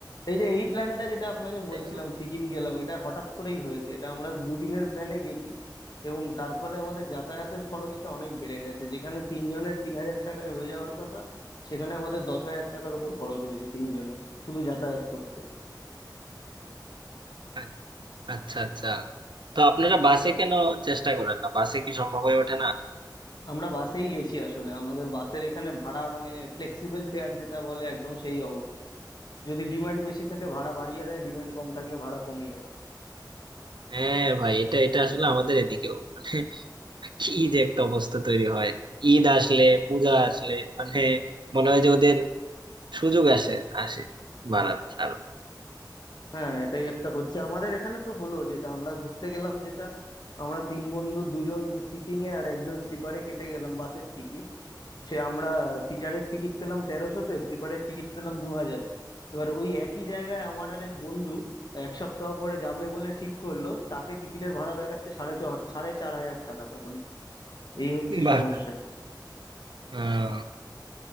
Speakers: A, on the left (about 60°); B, on the right (about 80°).
A: এই যে এই প্ল্যানটা যেটা আপনাকে বলছিলাম
B: যাই হোক,
A: সিকিম গেলাম এটা হঠাৎ করেই হয়েছে এটা আমরা দুদিনের প্ল্যানে গেছি এবং তার ফলে আমাদের যাতায়াতের খরচটা অনেক বেড়ে গেছে যেখানে তিনজনের তিন হাজার টাকায় হয়ে যাওয়ার কথা সেখানে আমাদের দশ হাজার টাকার উপর খরচ হয়েছে তিনজনের শুধু যাতায়াত করতে
B: আ- আচ্ছা আচ্ছা তো আপনারা বাসে কেন চেষ্টা করেন না বাসে কি সম্ভব হয়ে ওঠে না
A: আমরা বাসেই গেছি আসলে আমাদের বাসের এখানে ভাড়া মানে ফ্লেক্সিবল ফেয়ার যেটা বলে একদম সেই অবস্থা যদি ডিমান্ড বেশি থাকে ভাড়া বাড়িয়ে দেয় ডিমান্ড কম থাকলে ভাড়া কমিয়ে দেয়
B: হ্যাঁ ভাই এটা এটা আসলে আমাদের এদিকেও মানে কি যে একটা অবস্থা তৈরি হয় ঈদ আসলে পূজা আসলে মানে মনে হয় যে ওদের সুযোগ আসে আসে বাড়ার আরো
A: হ্যাঁ এটাই একটা হচ্ছে আমাদের এখানে তো হলো যেটা আমরা ঘুরতে গেলাম যেটা আমরা তিন বন্ধু দুজন সিটিং এ আর একজন স্লিপারে কেটে গেলাম বাসের টিকিট সে আমরা সিটারের টিকিট পেলাম তেরোশোতে স্লিপারের টিকিট পেলাম দু হাজারে এবার ওই একই জায়গায় আমার আর এক বন্ধু এক সপ্তাহ পরে যাবে বলে ঠিক করলো তাকে টিকিটের ভাড়া দেখাচ্ছে সাড়ে ছ সাড়ে চার হাজার টাকা তখন এই হচ্ছে
B: বাহ
A: সমস্যা
B: হম